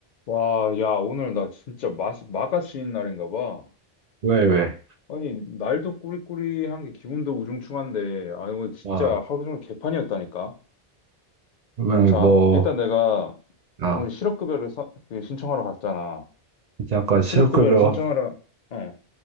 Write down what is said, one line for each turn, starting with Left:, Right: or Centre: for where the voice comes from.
Left: 와, 야, 오늘 나 진짜 마, 마가씨인 날인가 봐.
Right: 왜, 왜?
Left: 아니, 날도 꾸리꾸리한 게 기분도 우중충한데, 아니, 오늘 진짜
Right: 아,
Left: 하루 종일 개판이었다니까.
Right: 왜,
Left: 자,
Right: 뭐,
Left: 일단 내가
Right: 아,
Left: 오늘 실업급여를 서, 그 신청하러 갔잖아.
Right: 이제 아까
Left: 실업급여를
Right: 실업급여
Left: 신청하러, 어,